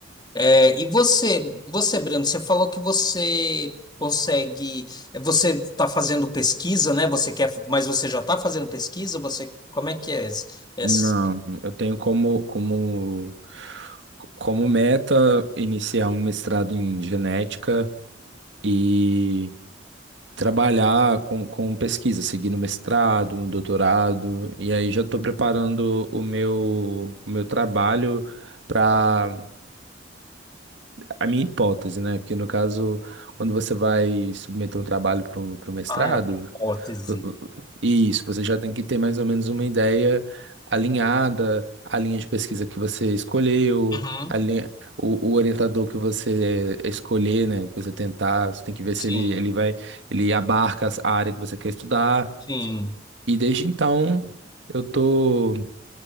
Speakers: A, on the left; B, on the right.
A: É, e você, você, Breno, você falou que você consegue, é, você está fazendo pesquisa, né? Você quer, mas você já está fazendo pesquisa? Você, como é que é esse- essa?
B: Não, eu tenho como, como, como meta iniciar um mestrado em genética e trabalhar com, com pesquisa, seguir no mestrado, no doutorado, e aí já estou preparando o meu, o meu trabalho para a minha hipótese, né? Porque no caso, quando você vai submeter um trabalho para o mestrado,
A: Ah, é uma hipótese.
B: vo- vo- isso, você já tem que ter mais ou menos uma ideia alinhada, a linha de pesquisa que você escolheu,
A: Uhum,
B: a linha, o, o orientador que você escolher, né? Que você tentar, você tem que ver
A: sim,
B: se ele, ele vai, ele abarca as- a área que você quer estudar.
A: sim.
B: E desde então, eu tô.